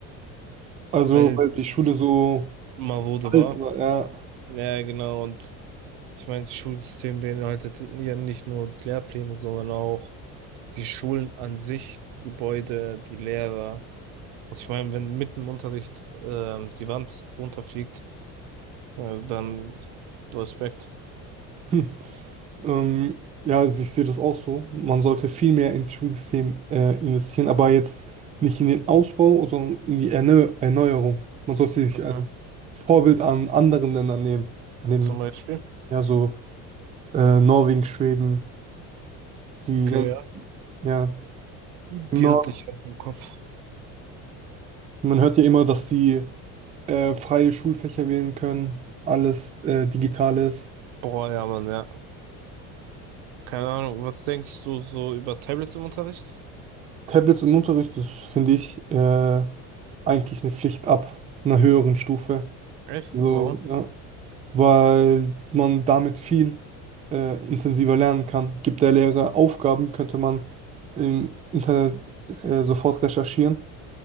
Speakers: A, on the right; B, on the right.
A: Also,
B: weil
A: weil die Schule
B: die
A: so
B: marode
A: alt
B: war.
A: war, ja.
B: Ja, genau, und ich meine, das Schulsystem beinhaltet ja nicht nur die Lehrpläne, sondern auch die Schulen an sich, die Gebäude, die Lehrer. Also ich meine, wenn mitten im Unterricht ähm, die Wand runterfliegt, äh, dann Respekt.
A: <laughs> Ähm, ja, also ich sehe das auch so. Man sollte viel mehr ins Schulsystem äh, investieren, aber jetzt nicht in den Ausbau, sondern in die Erneu Erneuerung. Man sollte sich
B: Mhm.
A: als Vorbild an anderen Ländern nehmen, an den,
B: Zum Beispiel.
A: ja, so äh, Norwegen, Schweden, die
B: Okay,
A: dann,
B: ja.
A: ja,
B: Die
A: im Norden.
B: hatte ich auf dem Kopf.
A: Man hört ja immer, dass die äh, freie Schulfächer wählen können, alles äh, digital ist.
B: Boah, ja, Mann, ja. Keine Ahnung. Was denkst du so über Tablets im Unterricht?
A: Tablets im Unterricht, das finde ich äh, eigentlich eine Pflicht ab einer höheren Stufe.
B: Echt?
A: Also,
B: Warum?
A: ja. weil man damit viel äh, intensiver lernen kann. Gibt der Lehrer Aufgaben, könnte man im Internet äh, sofort recherchieren.